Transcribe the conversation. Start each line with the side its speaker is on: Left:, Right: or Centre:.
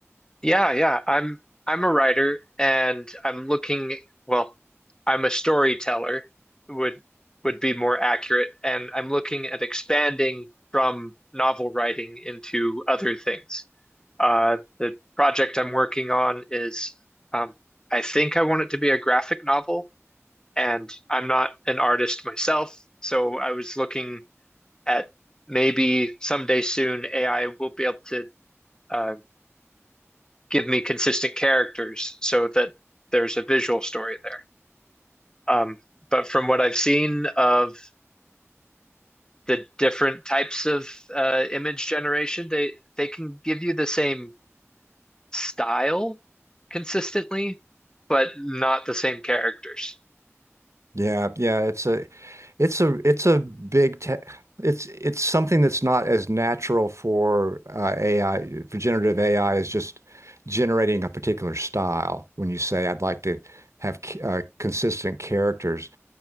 Left: Yeah, yeah. I'm I'm a writer and I'm looking, well, I'm a storyteller would would be more accurate, and I'm looking at expanding from novel writing into other things. Uh, the project I'm working on is um, I think I want it to be a graphic novel, and I'm not an artist myself, so I was looking at maybe someday soon AI will be able to uh, give me consistent characters so that there's a visual story there. Um, but from what I've seen of the different types of uh, image generation, they they can give you the same style consistently, but not the same characters.
Right: Yeah, yeah, it's a it's a it's a big te it's it's something that's not as natural for uh, AI for generative AI is just generating a particular style when you say I'd like to have c- uh, consistent characters.